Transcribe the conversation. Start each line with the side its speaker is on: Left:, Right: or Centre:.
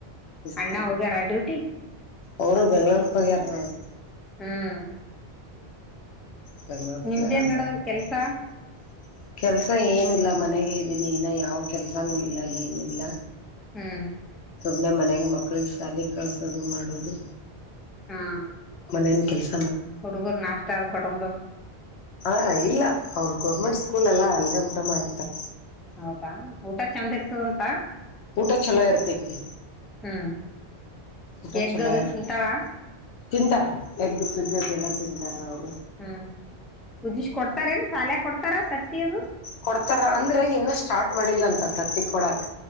Left: ಬೀಸ್ಕೊಂಬ
Centre: ಅಣ್ಣ ಹೋಗ್ಯಾರ ಡ್ಯೂಟಿಗ.
Left: ಅವರು ಬೆಂಗ್ಳೂರ್ಕ ಹೋಗ್ಯರ ನೋಡ್.
Centre: ಹ್ಮ್
Left: ಬೆಂಗ್ಳೂರ್ ಗೆ
Centre: ನಿಮ್ದೇನ್
Left: ಹೋಗ್ಯರ
Centre: ನಡದದ
Left: ಬಂದಿಲ್ಲ
Centre: ಕೆಲ್ಸ
Left: ಇನ್ನ. ಕೆಲ್ಸ ಏನಿಲ್ಲ ಮನೆಗೆ ಇದ್ದೀನಿ ಇನ ಯಾವ ಕೆಲ್ಸಾನೂ ಇಲ್ಲ ಏನಿಲ್ಲ.
Centre: ಹ್ಮ್
Left: ಸುಮ್ಮನೆ ಮನೆಗೆ ಮಕ್ಕಳಿಗೆ ಸಾಲಿ ಕಳ್ಸೋದು ಮಾಡೋದು.
Centre: ಹಾ
Left: ಮನೇನ ಕೆಲಸ
Centre: ಹುಡುಗರು ನಾಷ್ಟ ಕಟ್ಟೊಂಡ
Left: ಹ ಇಲ್ಲ ಅವ್ರ ಗೋರ್ಮೆಂಟ್ ಸ್ಕೂಲ್ ಅಲ್ಲ ಅಲ್ಲೇ ಊಟ ಮಾಡ್ತಾರ.
Centre: ಹೌದಾ ಊಟ ಚೆಂದ ಇರ್ತದಂತ
Left: ಊಟ ಚಲೋ ಇರ್ತೈತಿ
Centre: ಹ್ಮ್.
Left: ಊಟ
Centre: ಎಗ್
Left: ಚಲೋ
Centre: ಅದು
Left: ಇರ್ತದ
Centre: ತಿಂತಾಳ
Left: ತಿಂತಾರ ಎಗ್ ಪಿಗ್ ಅದು ಎಲ್ಲ ತಿಂತಾರ ಅವ
Centre: ಹ್ಮ್ ಕುದಿಸಿ ಕೊಡ್ತಾರೇನ್ ಸಾಲ್ಯಗ ಕೊಡ್ತಾರ ತತ್ತಿಯದು.
Left: ಕೊಡ್ತಾರ ಅಂದ್ರೆ ಇನ್ನ ಸ್ಟಾರ್ಟ್ ಮಾಡಿಲ್ಲ ಅಂತ್ ತತ್ತಿ ಕೊಡಾಕ.